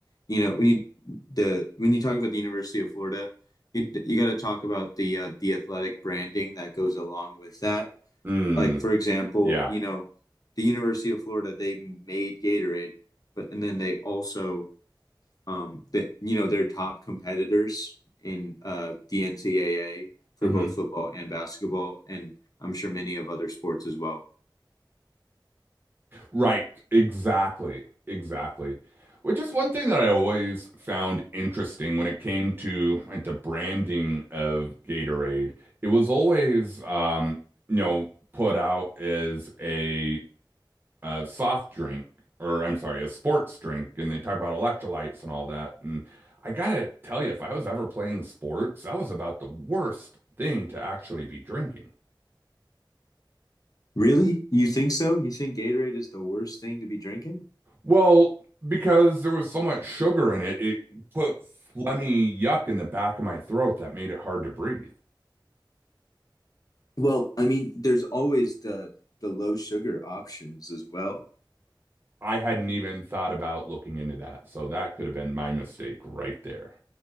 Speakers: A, on the left; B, on the right.
A: you know when you the when you talk about the University of Florida, you you got to talk about the uh, the athletic branding that goes along with that.
B: Mm,
A: Like for example,
B: yeah.
A: you know, the University of Florida they made Gatorade, but and then they also um that you know their top competitors in uh the NCAA for
B: Mhm.
A: both football and basketball, and I'm sure many of other sports as well.
B: Right, exactly, exactly. Which is one thing that I always found interesting when it came to like the branding of Gatorade. It was always, um, you know, put out as a, uh soft drink, or I'm sorry, a sports drink, and they talk about electrolytes and all that. And I gotta tell you, if I was ever playing sports, that was about the worst thing to actually be drinking.
A: Really? You think so? You think Gatorade is the worst thing to be drinking?
B: Well, because there was so much sugar in it, it put phlegmy yuck in the back of my throat that made it hard to breathe.
A: Well, I mean, there's always the the low sugar options as well.
B: I hadn't even thought about looking into that, so that could have been my mistake right there.